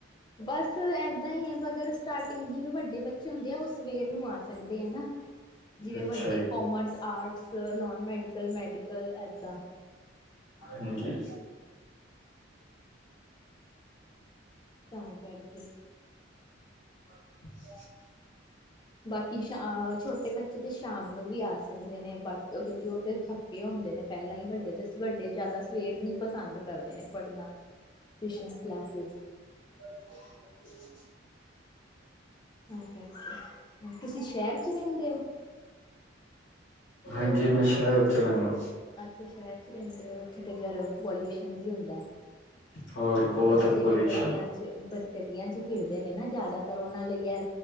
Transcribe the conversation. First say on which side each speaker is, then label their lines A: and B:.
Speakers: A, on the left; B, on the left.
A: ਬਸ ਏਦਾਂ ਹੀ ਹੈ, ਬ ਅਗਰ ਸਟਾਰਟਿੰਗ ਜਿਵੇਂ ਵੱਡੇ ਬੱਚੇ ਹੁੰਦੇ ਆ, ਉਹ ਸਵੇਰ ਨੂੰ ਆ ਸਕਦੇ ਆ ਨਾ ਜਿਵੇਂ
B: ਅੱਛਾ
A: ਵੱਡੇ
B: ਜੀ
A: commerce, arts, no medical, medical ਏਦਾਂ-
B: ਹਾਂਜੀ
A: ਤਾਂ ਕਰਕੇ
B: <inaudible>
A: ਬਾਕੀ, ਸਾ ਛੋਟੇ ਬੱਚੇ ਜੇ ਸ਼ਾਮ ਨੂੰ ਵੀ ਆ ਸਕਦੇ ਨੇ, ਬਾਕ ਕਿਉਂਕਿ ਉਹ ਤਾਂ ਥੱਕੇ ਹੁੰਦੇ ਨੇ ਪਹਿਲਾਂ ਹੀ ਵੱਡੇ ਤਾਂ, ਵੱਡੇ ਜ਼ਿਆਦਾ ਸਵੇਰ ਨੀ ਪਸੰਦ ਕਰਦੇ ਨੇ ਪੜ੍ਹਨਾ, ਟਿਊਸ਼ਨ ਕਲਾਸਿਸ
B: <inaudible>
A: ਤਾਂ ਕਰਕੇ, ਤੁਸੀਂ ਸ਼ਹਿਰ 'ਚ ਰਹਿੰਦੇ ਹੋ?
B: ਹਾਂਜੀ, ਮੈਂ ਸ਼ਹਿਰ 'ਚ ਰਹਿੰਦਾ।
A: ਅੱਛਾ ਸ਼ਹਿਰ 'ਚ ਰਹਿੰਦੇ ਆ, ਉੱਥੇ ਗਰ ਪੋਲਿਊਸ਼ਨ ਵੀ ਹੁੰ
B: ਹੋਰ ਬਹੁਤ
A: ਬੱਚੇ
B: ਪੋਲਿਊਸ਼ਨ
A: ਵੀ ਗਲੀਆਂ, ਗਲੀਆਂ ਚ ਫਿਰਦੇ ਨੇ ਨਾ ਜ਼ਿਆਦਾਤਰ, ਉਹਨਾਂ ਲਈ ਹੈ।